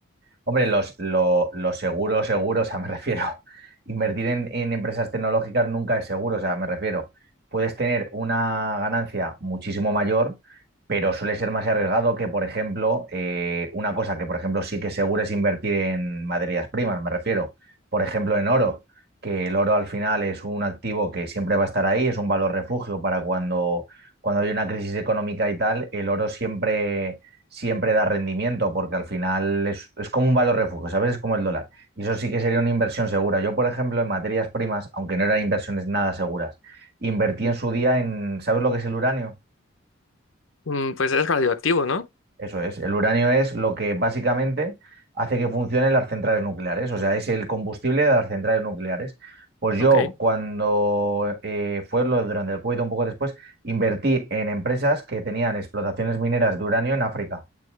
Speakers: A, on the right (about 50°); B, on the left (about 70°).
A: Hombre, los, lo, lo seguro, seguro, o sea, me refiero, <laughs> invertir en, en empresas tecnológicas nunca es seguro, o sea, me refiero, puedes tener una ganancia muchísimo mayor, pero suele ser más arriesgado que, por ejemplo, eh, una cosa que, por ejemplo, sí que es seguro es invertir en materias primas, me refiero, por ejemplo, en oro, que el oro al final es un activo que siempre va a estar ahí, es un valor refugio para cuando, cuando hay una crisis económica y tal, el oro siempre siempre da rendimiento, porque al final es, es como un valor refugio, ¿sabes? Es como el dólar. Y eso sí que sería una inversión segura. Yo, por ejemplo, en materias primas, aunque no eran inversiones nada seguras, invertí en su día en, ¿sabes lo que es el uranio?
B: Mm, Pues es radioactivo, ¿no?
A: Eso es, el uranio es lo que básicamente hace que funcionen las centrales nucleares, o sea, es el combustible de las centrales nucleares. Pues yo
B: Ok.
A: cuando eh, fue lo durante el COVID, un poco después, invertí en empresas que tenían explotaciones mineras de uranio en África.